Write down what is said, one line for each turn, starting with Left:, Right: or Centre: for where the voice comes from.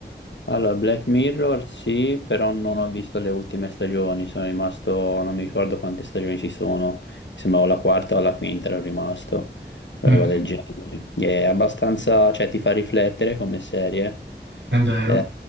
Left: Allora, Black Mirror sì, però non ho visto le ultime stagioni, sono rimasto, non mi ricordo quante stagioni ci sono, mi sembrava la quarta o la quinta ero rimasto, roba
Right: Mh-mh.
Left: del genere. È abbastanza, cioè ti fa riflettere come serie,
Right: È vero.
Left: Eh,